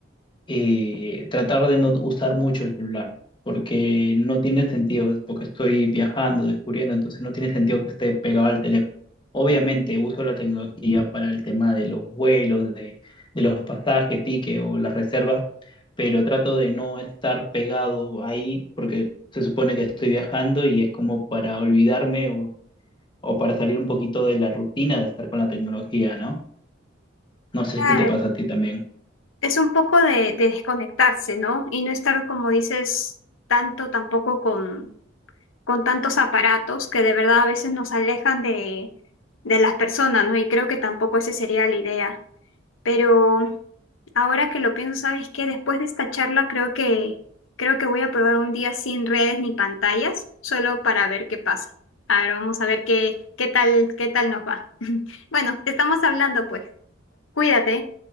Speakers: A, on the left; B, on the left.
A: eh, tratar de no usar mucho el celular, porque no tiene sentido, porque estoy viajando, descubriendo, entonces no tiene sentido que esté pegado al teléfono. Obviamente uso la tecnología para el tema de los vuelos, de, de los pasajes, tickets o las reservas, pero trato de no estar pegado ahí porque se supone que estoy viajando y es como para olvidarme o, o para salir un poquito de la rutina de estar con la tecnología, ¿no? No
B: Claro,
A: sé si te pasa a ti también.
B: es un poco de, de desconectarse, ¿no? Y no estar, como dices, tanto tampoco con, con tantos aparatos que de verdad a veces nos alejan de, de las personas, ¿no? Y creo que tampoco esa sería la idea. Pero ahora que lo pienso, sabes que después de esta charla creo que creo que voy a probar un día sin redes ni pantallas, solo para ver qué pasa. A ver, vamos a ver qué, qué tal, qué tal nos va. <laughs> Bueno, te estamos hablando pues. Cuídate.